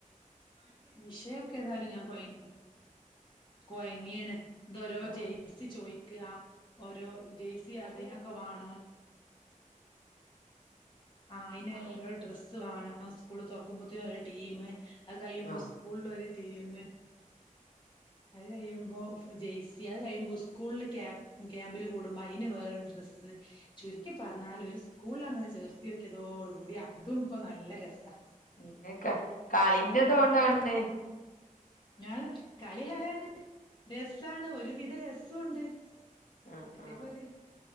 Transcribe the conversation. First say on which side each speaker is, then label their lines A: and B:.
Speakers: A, on the left; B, on the left.
A: ആര് വിഷയൊക്കെ ഏതാലും ഞാൻ കൊയഞ്ഞു. കൊയങ്ങിയാന് ഇതോരോ
B: ആഹ്
A: ജയ്‌സി ചോയ് ക്കാ, ഓരോ ജേഴ്സി അതിനൊക്കെ വാണം. ആ അങ്ങനെ ഓരോ ഡ്രസ്സ് വാണം സ്കൂള് തൊറക്കുമ്പത്തിന് ഒരു ടീം അത് കഴിയുമ്പോ
B: ആഹ്
A: സ്കൂളിൽ ഒര്, ടീമ് അത് കഴിയുമ്പോ ജെയ്സി അത് കഴിയുമ്പോ സ്കൂളില് ക്യാ ക്യാമ്പില് കൂടുമ്പോ അയിന് വേറൊരു ഡ്രസ്സ് ചുരുക്കി പറഞ്ഞാൽ ഒരു സ്കൂൾ ല് അങ്ങട് ചേർത്തിയോക്ക്യയതോടു കൂടി അതും ഇപ്പോ നല്ല രസാ.
B: <unintelligible> കളിന്റെതോണ്ടാണ്.
A: ഞാണ് കളി ഹരാണ് യെസ് സാണ് ഒരുവിധ രസുണ്ട്.
B: ആഹ്
A: കുട്ടിയേക്കൊര്
B: ആഹ്